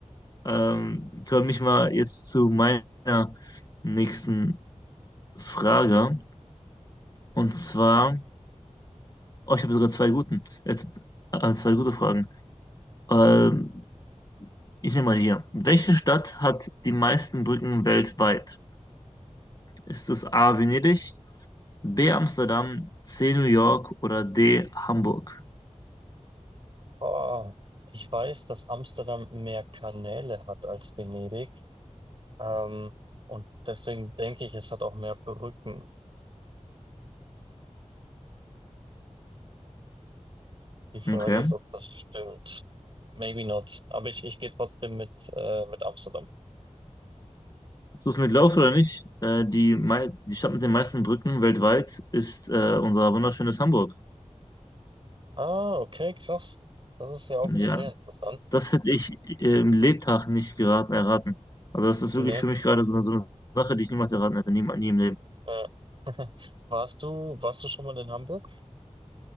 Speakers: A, on the left; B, on the right.
A: Ähm, ich komme ich mal jetzt zu meiner nächsten Frage. Und zwar, oh, ich habe sogar zwei guten, äh, äh, zwei gute Fragen. Ähm, ich nehme mal hier. Welche Stadt hat die meisten Brücken weltweit? Ist es A. Venedig, B. Amsterdam, C. New York oder D. Hamburg?
B: Oh, ich weiß, dass Amsterdam mehr Kanäle hat als Venedig. Ähm, und deswegen denke ich, es hat auch mehr Brücken. Die Frage
A: Okay.
B: ist, ob das stimmt. Maybe not. Aber ich, ich gehe trotzdem mit, äh, mit Amsterdam.
A: Du es mir glaubst oder nicht, äh, die, mei- die Stadt mit den meisten Brücken weltweit ist äh, unser wunderschönes Hamburg.
B: Ah, okay, krass. Das ist ja auch
A: Ja,
B: sehr interessant.
A: das hätte ich äh, im Lebtag nicht geraten, erraten. Also das ist wirklich
B: Nee.
A: für mich gerade so eine, so eine Sache, die ich niemals erraten hätte, nie, nie im Leben.
B: Ja. <laughs> Warst du, warst du schon mal in Hamburg?